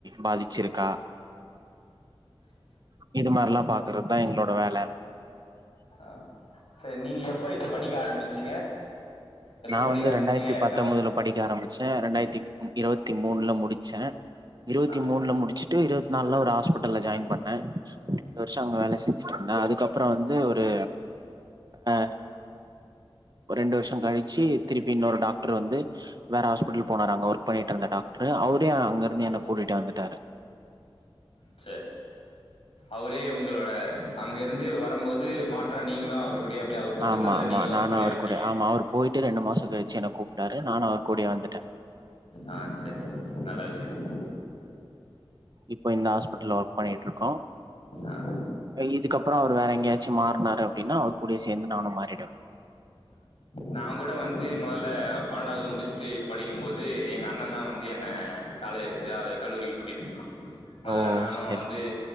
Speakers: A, on the right; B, on the left.
A: பாதிச்சிருக் கா இது மாரில்லா பாக்குறதான் எங்ளோட வேல
B: ஆ சரி நீங்க எப்ப இது படிக்க ஆரம்மிச்சீங்க எப்ப
A: நா
B: படிக்க
A: வந்து
B: ஆரம்மிச்சீங்க
A: ரெண்டாயிரத்தி
B: எத்தன
A: பத்தொன்பதுல படிக்க ஆரம்மிச்சேன் ரெண்டாயித்தி இரவத்தி மூணுல முடிச்சேன் இரவத்தி
B: ஆ
A: மூணுல முடிச்சி ட்டு இருவத்தி நாலுல ஒரு ஹாஸ்பட்டல்ல ஜாயின் பண்ண ரெண்டு வர்ஷோ அங்க வேல செஞ்சிட்டுருந்த அதுக்கப்ரோ வந்து ஒரு அ ஒர் ரெண்டு வர்ஷோ கழிச்சு திருப்பி இன்னொரு டாக்ட்ரு வந்து வேற ஹாஸ்பிட்டல் போனாரு அங்க ஒர்க் பண்ணிட்ருந்த டாக்ட்ரு அவரே அங்க இருந்து என்ன கூட்டிட்டு வந்துட்டாரு
B: செ அவரே உங்களோட அங்க இருந்து வரம்போது மாற்றா நீங்ளா அவரு குடயே அப்டி அவரு கூப்ட்டதுனால
A: ஆமா ஆமா
B: நீங்களு அவரு
A: நானு
B: கூடயே
A: அவர்
B: வந்டிங்க
A: ஆமா அவர் போயிட்டு ரெண்டு மாசம் கழிச்சு என்ன கூப்பிட்டாரு நானு அவர் கூடயே வந்துட்ட
B: ஆ செரி நல்ல விஷய தா
A: இப்ப இந்த ஹாஸ்பட்டல்ல ஒர்க் பண்ணிட்டுருக்கோ
B: ஆ
A: இதுக்கப்ரோ அவரு வேற எங்கயாச்சும் மாறனாரு அப்டின்னா அவரு கூடயே சேந்து நானு மாறிடுவேன்
B: நா கூட வந்து மொதல்ல பன்னெண்டாது முடிச்சிட்டு படிக்கும்போது எங்க அண்ண தா வந்து என்ன கால இதாது கல்லூரிக்கு கூட்டிட்டு போனா மொதல்ல
A: ஓ
B: நானு
A: சரி
B: வந்து
A: சரி